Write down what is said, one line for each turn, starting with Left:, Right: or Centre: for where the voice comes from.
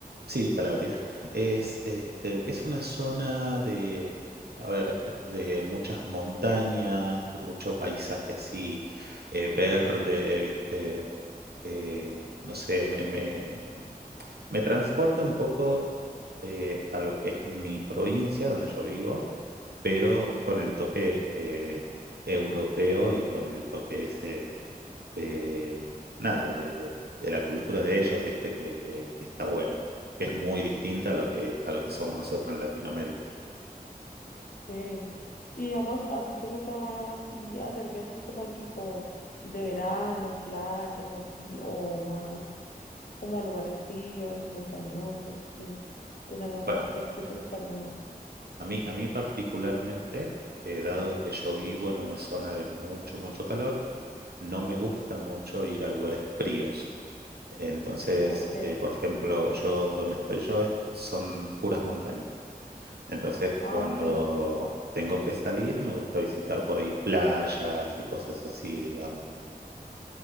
Right: sí, Calabria. Es, este, es una zona de, a ver, de muchas montañas, de mucho paisaje así eh, verde, ¿viste? Eh, no sé, me, me- me transporta un poco eh, a lo que es mi provincia, donde yo vivo, pero con el toque
Left: Ujú.
Right: eh, europeo y con el toque ese de nada, de, de- de la cultura de ellos, ¿viste? Que, que- que está buena, que es muy distinta a lo que, a lo que somos nosotros en Latinoamérica.
Left: Ok. Y digamos, ¿a ti te gusta más vi- hacer viajes como tipo de verano, playa o así, o más como a lugares fríos, montañosos, que te llaman,
Right: Bueno,
Left: te- qué te gustaría más?
Right: a mí, a mí particularmente, eh, dado que yo vivo en una zona de mucho, mucho calor, no me gusta mucho ir a lugares fríos. Entonces,
Left: Ok.
Right: eh, por ejemplo, yo donde estoy yo es- son puras montañas. Entonces,
Left: Ah,
Right: cuando
Left: ok,
Right: tengo que salir, me gusta visitar por ahí playas y cosas así, digamos.